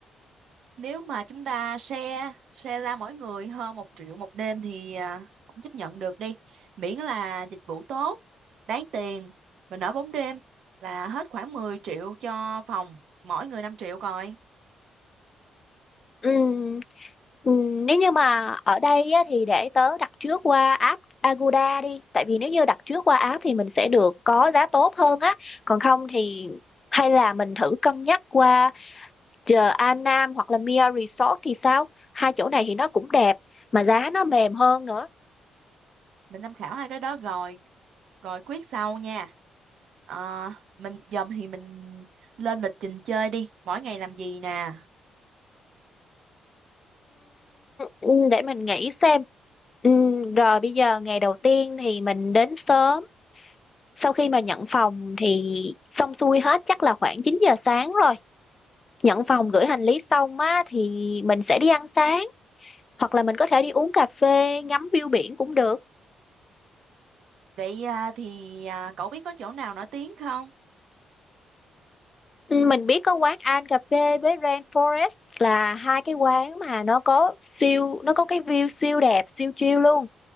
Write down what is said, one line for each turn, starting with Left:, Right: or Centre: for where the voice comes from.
Right: Nếu mà chúng ta share share ra mỗi người hơn một triệu một đêm thì à, cũng chấp nhận được đi. Miễn là dịch vụ tốt, đáng tiền. Mình ở 4 đêm là hết khoảng 10 triệu cho phòng, mỗi người 5 triệu coi.
Left: ừ ừm, nếu như mà ở đây á, thì để tớ đặt trước qua app Agoda đi tại vì nếu như đặt trước qua app thì mình sẽ được có giá tốt hơn á còn không thì hay là mình thử cân nhắc qua chờ An Nam hoặc là Mia Resort thì sao hai chỗ này thì nó cũng đẹp mà giá nó mềm hơn nữa
Right: Mình tham khảo hai cái đó rồi, rồi quyết sau nha. Ờ, mình dầm thì mình lên lịch trình chơi đi. Mỗi ngày làm gì nè?
Left: Ừm, để mình nghĩ xem Ừm, rồi bây giờ ngày đầu tiên thì mình đến sớm sau khi mà nhận phòng thì xong xuôi hết chắc là khoảng 9 giờ sáng rồi nhận phòng gửi hành lý xong á thì mình sẽ đi ăn sáng hoặc là mình có thể đi uống cà phê ngắm view biển cũng được
Right: Vậy à, thì à, cậu biết có chỗ nào nổi tiếng không?
Left: Ừ, mình biết có quán An cà phê với Rain Forest là hai cái quán mà nó có siêu nó có cái view siêu đẹp siêu chill luôn